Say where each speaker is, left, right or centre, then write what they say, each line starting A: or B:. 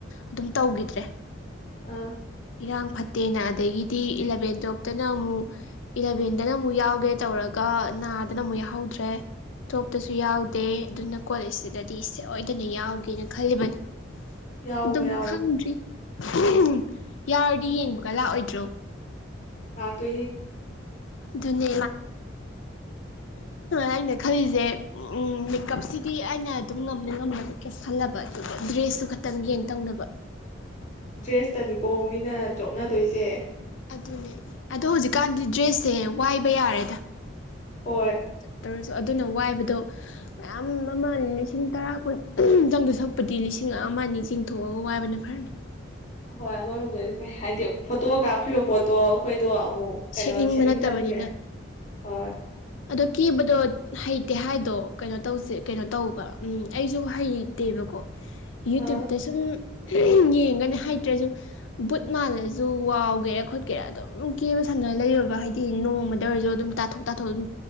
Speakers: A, on the left; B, on the left.
A: ꯑꯗꯨꯝ ꯇꯧꯒꯤꯗ꯭ꯔꯦ꯫ <unintelligible>
B: ꯑꯥ
A: ꯏꯔꯥꯡ ꯐꯠꯇꯦꯅ ꯑꯗꯒꯤꯗꯤ ꯏꯂꯚꯦꯟ ꯇꯨꯋꯦꯞꯇꯅ ꯑꯃꯨꯛ ꯏꯂꯚꯦꯟꯗꯅ ꯑꯃꯨꯛ ꯌꯥꯎꯒꯦ ꯇꯧꯔꯒ ꯅꯥꯗꯅ ꯑꯃꯨꯛ ꯌꯥꯎꯍꯧꯗ꯭ꯔꯦ꯫ ꯇꯣꯞꯁꯨ ꯌꯥꯎꯗꯦ ꯑꯗꯨꯅ ꯀꯣꯂꯖꯁꯤꯗꯗꯤ ꯁꯣꯏꯗꯅ ꯌꯥꯎꯒꯦꯅ ꯈꯜꯂꯤꯕꯅꯤ꯫
B: ꯌꯥꯎꯋꯣ
A: ꯑꯗꯨꯝ
B: ꯌꯥꯎꯋꯣ
A: ꯈꯪꯗ꯭ꯔꯤ <unintelligible> ꯌꯥꯎꯔꯗꯤ ꯌꯦꯡꯕꯒ ꯂꯥꯛꯑꯣꯏꯗ꯭ꯔꯣ꯫
B: ꯍ ꯇꯨ
A: ꯑꯗꯨꯅꯦ ꯑꯩꯅ ꯈꯜꯂꯤꯁꯦ ꯎ ꯎꯝ ꯃꯦꯀꯞꯁꯤꯗꯤ ꯑꯩꯅ ꯑꯗꯨꯝ ꯉꯝꯅ ꯉꯝꯅꯕ ꯀꯌꯥ ꯈꯜꯂꯕ ꯑꯗꯨꯒ ꯗ꯭ꯔꯦꯁꯇꯨ ꯈꯛꯇꯪ ꯌꯦꯟ ꯇꯧꯅꯕ <inaudible>
B: ꯗ꯭ꯔꯦꯁꯇꯅꯤꯀꯣ ꯃꯤꯅ ꯆꯣꯞꯅꯗꯣꯏꯁꯦ
A: ꯑꯗꯨꯅꯦ ꯑꯗꯣ ꯍꯧꯖꯤꯛꯀꯥꯟꯗꯤ ꯗ꯭ꯔꯦꯁꯁꯦ ꯋꯥꯏꯕ ꯌꯥꯔꯦꯗ
B: ꯍꯣꯏ
A: ꯇꯧꯔꯁꯨ ꯑꯗꯨꯅ ꯋꯥꯏꯕꯗꯣ ꯃꯌꯥꯝ ꯑꯃ ꯂꯤꯁꯤꯡ ꯇꯔꯥ ꯀꯨꯟꯇꯪꯗ ꯁꯛꯄꯗꯤ ꯂꯤꯁꯤꯡ ꯁꯤꯡꯉꯑ ꯑꯅꯤ ꯆꯤꯡꯊꯣꯛꯑꯒ ꯋꯥꯏꯕꯅ ꯐꯔꯅꯤ
B: ꯑꯣꯏ ꯑꯃꯔꯣꯝꯗꯗꯤ ꯀꯩ ꯍꯥꯏꯗꯤ ꯐꯣꯇꯣ ꯀꯥꯞꯈꯤꯕ ꯄꯣꯠꯇꯣ ꯑꯩꯈꯣꯏꯗꯣ ꯑꯃꯨꯛ ꯀꯩꯅꯣ
A: ꯁꯦꯠꯅꯤꯡꯕ
B: ꯁꯦꯠꯅꯤꯡꯗꯕꯅꯤꯅ
A: ꯅꯠꯇꯕꯅꯤꯅ
B: ꯍꯣꯏ
A: ꯑꯗꯣ ꯀꯤꯕꯗꯣ ꯍꯩ ꯇꯦ ꯍꯥꯏꯗꯣ ꯀꯩꯅꯣ ꯇꯧꯁꯦ ꯀꯩꯅꯣ ꯇꯧꯕ ꯎꯝ ꯑꯩꯁꯨ ꯍꯩꯇꯦꯕꯀꯣ ꯌꯨꯇꯌꯨꯕ
B: ꯑꯥ
A: ꯇꯁꯨꯨꯝ ꯌꯦꯡꯒꯅꯤ ꯍꯩꯇ꯭ꯔꯁꯨ ꯕꯨꯠ ꯃꯥꯜꯂꯁꯨ ꯋꯥꯎꯒꯦꯔꯥ ꯈꯣꯠꯀꯦꯔꯥ ꯑꯗꯨꯝ ꯀꯦꯕ ꯁꯝꯅꯅ ꯂꯩꯔꯣꯕ ꯍꯥꯏꯗꯤ ꯅꯣꯡꯃꯗ ꯑꯣꯏꯔꯁꯨ ꯑꯗꯨꯝ ꯇꯥꯊꯣꯛ ꯇꯥꯊꯣꯛ ꯑꯗꯨꯝ